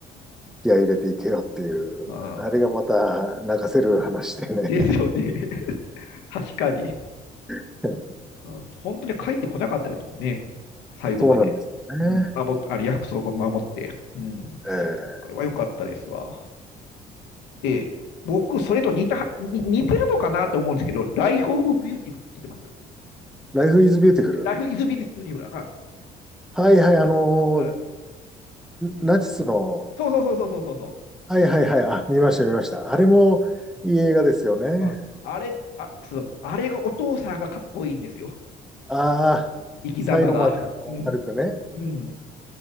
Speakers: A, in the centre; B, on the left (about 90°).
A: 気合い入れていけよっていう、
B: ああ、
A: あれがまた泣かせる話でね。
B: ですよね。<laughs> 確かに。
A: <laughs>
B: うん、本当に帰ってこなかったですもんね。最後まで。
A: そうなんですよね。
B: うん、守っあの約束を守って。うん、
A: ええ
B: あれは良かったですわ。で、僕、それと似た、に似てるのかなと思うんですけど、Life of Beautiful って知ってます
A: ライフイズビューティフル。
B: ?Life is Beautiful だな
A: はいはい、あの
B: うん。
A: ー
B: うん
A: ナチスの、
B: そうそうそうそうそうそう。
A: はいはいはい、あ、見ました見ました。
B: あ、
A: あれもいい映画ですよね。
B: あ、うん。ああれ、あ、そう、あれがお父さんがかっこいいんですよ。
A: ああ、
B: 生き様が。
A: 最後まであの明るくね。
B: うん。うん。